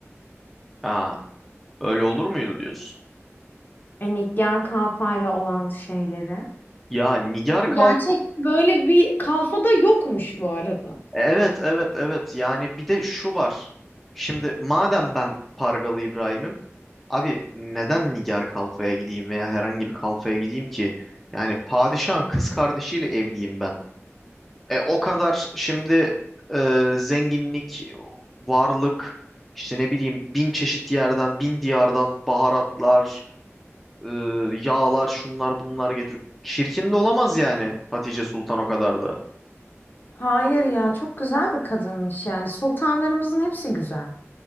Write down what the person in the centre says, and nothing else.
Aa, öyle olur muydu diyorsun?
Ya Nigar Kalp
evet evet evet yani bir de şu var. Şimdi madem ben Pargalı İbrahim'im abi neden Nigar Kalfa'ya gideyim veya herhangi bir kalfaya gideyim ki? Yani padişahın kız kardeşiyle evliyim ben. E, o kadar şimdi e, zenginlik, varlık, işte ne bileyim bin çeşit yerden, bin diyardan baharatlar, e, yağlar, şunlar bunlar getirip çirkin de olamaz yani Hatice Sultan o kadar da.